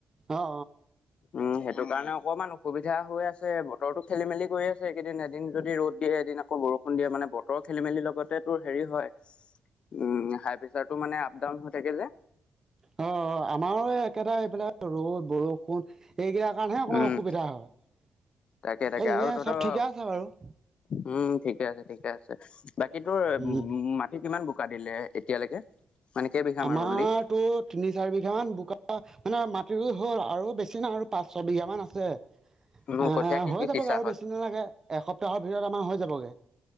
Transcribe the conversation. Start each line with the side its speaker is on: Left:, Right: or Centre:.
Right: অ অ
Left: উম সেইটো কাৰনে অকমাণ অসুবিধা হৈ আছে বতৰটো খেলি মেলি কৰি আছে একেইদিন এদিন যদি ৰ'দ দিয়ে এদিন আকৌ বৰষুণ দিয়ে মানে বতৰ খেলি মেলি লগতে টোৰ হেৰী হয় উম হাই টো মানে আপ ডাউন হৈ থাকে যে।
Right: অ', আমাৰো একেটাাৰে এইবিলাক ৰ'দ বৰষুণ এই য়াৰ কাৰণেহে অকণমান
Left: উম
Right: অসুবিধা হয়
Left: তাকে তাকে
Right: এনেই
Left: আৰু তহঁতৰ
Right: চব ঠিকে আছে বাৰু।
Left: উম ঠিকে আছে ঠিকে আছে বাকী তোৰ
Right: উম
Left: মাটি কিমান বোকা দিলে এতিয়ালৈকে। মানে কেইবিঘা
Right: আমাৰতো
Left: মান ৰুলি
Right: তিনি চাৰি বিঘা মান বোকা মানে মাটি ৰুই হ'ল আৰু বেছি নিচিনা আৰু পাঁচ ছ বিঘা মান আছে। এ
Left: মোৰ কঠীয়া কি
Right: হৈ
Left: কি
Right: যাবগে
Left: সিঁচা
Right: আৰু
Left: হ'ল
Right: বেছি দিন লাগে এসপ্তাহৰ ভিতৰত আমাৰ হৈ যাবগে।